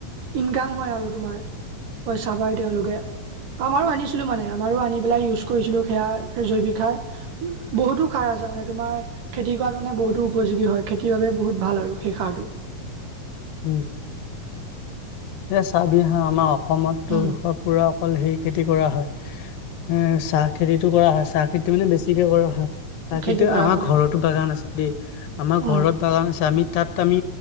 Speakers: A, on the right; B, on the left.
A: ইনকাম হয় আৰু তোমাৰ পইচা পাই তেওঁলোকে আমাৰো আনিছিলো মানে আমাৰো আনি পেলাই ইউজ কৰিছিলো সেয়া জৈৱিক সাৰ বহুতো সাৰ মানে তোমাৰ খেতি কৰা মানে বহুতো উপযোগী হয়। খেতিৰ বাবে বহুত ভাল আৰু সেই সাৰটো
B: উম, এ চাবি হা আমাৰ অসমত
A: উম
B: পুৰা অকল হে খেতি কৰা হয় এ চাহ খেতিতটো কৰা হয় চাহ খেতি মানে বেছিকে কৰা হয় তা
A: খেতি
B: কন্তু
A: কৰা
B: আমাৰ
A: হয়
B: ঘৰতো
A: অ
B: বাগান আছে দেই আমাৰ
A: উম
B: ঘৰত বাগান আছে আমি তাত আমি